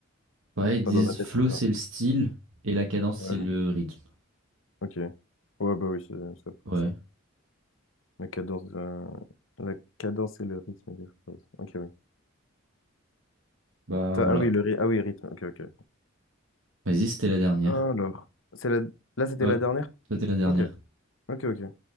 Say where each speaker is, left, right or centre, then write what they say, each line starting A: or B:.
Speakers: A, on the right; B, on the left.
A: Ouais, ils disent
B: Enfin, dans ma tête,
A: flow,
B: c'est ça.
A: c'est le style et la cadence, c'est
B: Ouais,
A: le rythme.
B: ok. Ouais, bah oui, c'est c'est à peu près
A: Ouais.
B: ça. La cadence, euh, la cadence et le rythme des phrases. Ok,
A: Bah
B: Attends,
A: voilà.
B: Ah oui, le ry- ah oui, rythme. Ok, ok.
A: Vas-y, c'était la dernière.
B: Alors, c'est la... là, c'était
A: Ouais.
B: la dernière?
A: C'était la dernière.
B: Ok, ok, ok.